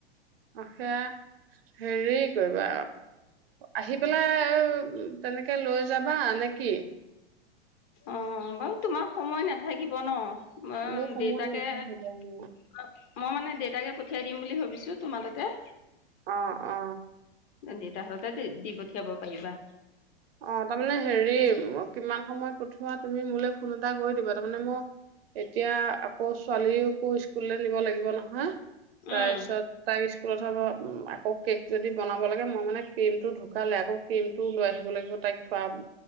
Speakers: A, on the right (about 70°); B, on the left (about 35°).
A: অ', সেয়া হেৰি কৰিবা আহি পেলাই তেনেকে লৈ যাবা নে কি?
B: অ', বাৰু তোমাৰ সময় নেথাকিব ন। মই
A: মোৰ সময়
B: দেউতাকে
A: নাথাকে
B: মই
A: বাৰু।
B: মানে দেউতাকে পঠিয়াই দিম বুলি ভাবিছো তোমাৰ তাতে
A: অ অ
B: দেউতা হাততে দি পঠিয়াব পাৰিবা
A: অ তাৰমানে হেৰি কিমান সময় পথোৱা তুমি মোলে ফোন এটা কৰি দিবা, তাৰমানে মই এতিয়া আকৌ ছোৱালীকো স্কুললৈ নিব লাগিব নহয়
B: উম,
A: তাৰ পিছত তাৰ স্কুলত হ'ব উ অকে যদি বনাব লাগে মই মানে ক্ৰীম টো ঢুকালে আকৌ ক্ৰীম টো লৈ আহি লাগিব তাইক থোৱা